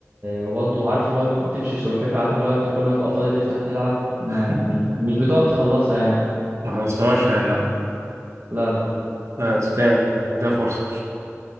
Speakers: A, on the right (about 35°); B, on the right (about 70°).
A: وبرضو عارف اللي هو بتمشي سلحفة عارف اللي هو انت كل ما تبقى فاضي تفتح تلعب ما
B: <laughs>
A: يعني مش بتقعد تخلصها يعني
B: ما خلصتهاش يعني اه
A: لا لا لا
B: لا تستاهل آه، ده فرصة